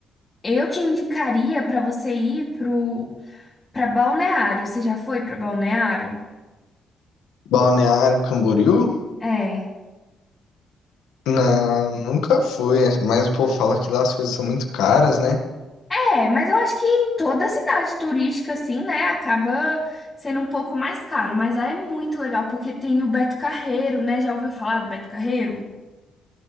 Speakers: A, on the left (about 20°); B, on the left (about 85°).
A: Eu te indicaria para você ir pro Pra Balneário, você já foi pra Balneário?
B: Balneário Camboriú?
A: É.
B: Não, nunca fui, mas o povo fala que lá as coisas são muito caras, né?
A: É, mas eu acho que em toda cidade turística, assim, né, acaba sendo um pouco mais caro. Mas lá é muito legal, porque tem o Beto Carreiro, né? Já ouviu falar do Beto Carreiro?